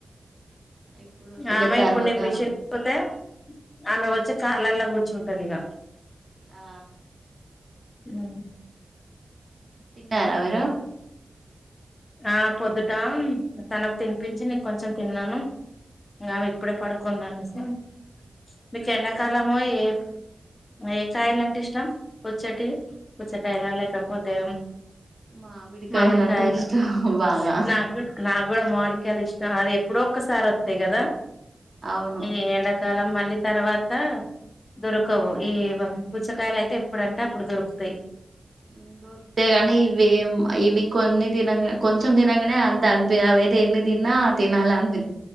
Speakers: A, on the right (about 45°); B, on the left (about 50°).
A: ఇప్పుడు వద్దులే
B: చానా
A: తర్వాత
B: ఇప్పుడూ నేను మిషన్ కు పోతే ఆమె వచ్చి కాళ్ళలా కూర్చుంటది ఇగ
A: ఆ
B: ఉమ్
A: తిన్నారా? మీరు
B: ఆ పొద్దుటా తనకు తినిపించి నెక్ కొంచెం తిన్నాను. ఆమె ఇప్పుడు పడుకునేంది అనేసి ఎండాకాలము
A: ఆ
B: ఏ ఏ కాయలు అంటే ఇష్టం పుచ్చటి పుచ్చకాయల లేకపోతే
A: మామిడికాయలు
B: మామిడికాయలా
A: అంటే ఇష్టం బాగా
B: నాగ్ చుట్కూ నాగ్ కూడా మామిడికాయలు ఇష్టం అది ఎప్పుడో ఒక్కసారి అత్తయి కదా
A: అవును
B: ఈ ఎండ కాలం మళ్ళీ తర్వాత దొరకవు ఈ పుచ్చకాయలు అయితే ఎప్పుడంటే అప్పుడు దొరుకుతాయి
A: ఉ దొరుకుతాయి గానీ ఇవేం ఇవి కొన్ని తినంగా కొంచెం తినగానే అంత అనిపియ అవయితే ఎన్ని తిన్నా తినాలి అనిపి